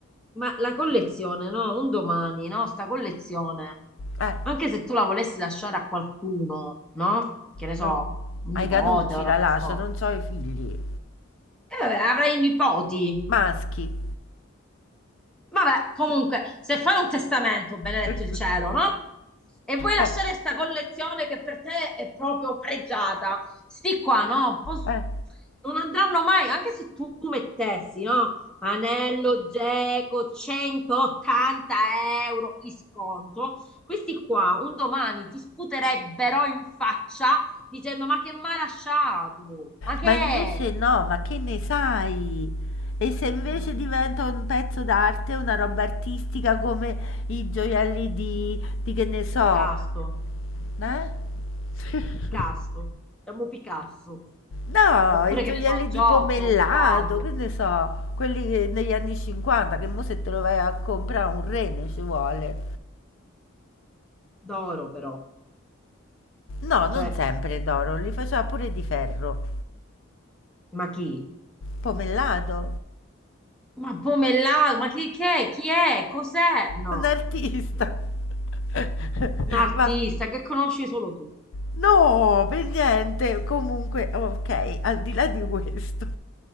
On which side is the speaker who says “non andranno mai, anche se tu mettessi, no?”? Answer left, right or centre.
Centre